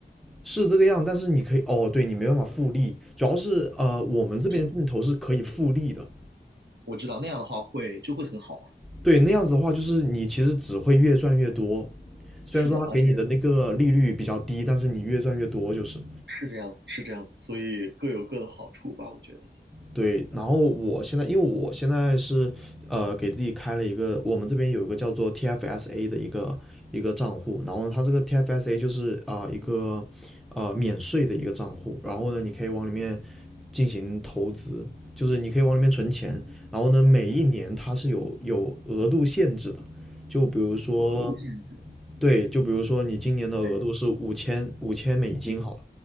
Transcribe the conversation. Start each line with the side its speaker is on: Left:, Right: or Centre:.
Centre: 是这个样，但是你可以哦，对你没办法复利，主要是呃，我们这边定投是可以复利的，
Right: 是的，我知道那样的话会就会很好嘛。
Centre: 对，那样子的话，就是你其实只会越赚越多，虽然说他给你的那个利率比较低，
Right: 是的，而且
Centre: 但是你越赚越多就是。
Right: 是这样子，是这样子，所以各有各的好处吧，我觉得。
Centre: 对，然后我现在，因为我现在是呃给自己开了一个，我们这边有一个叫做 TFSA 的一个一个账户，然后呢，它这个 TFSA 就是啊、呃一个呃免税的一个账户，然后呢，你可以往里面进行投资，就是你可以往里面存钱，然后呢，每一年它是有有额度限制的，
Right: 嗯。
Centre: 就比如说，
Right: 额度限制。
Centre: 对，就比如说你今年的额度是五千五千美金好了，
Right: 对，嗯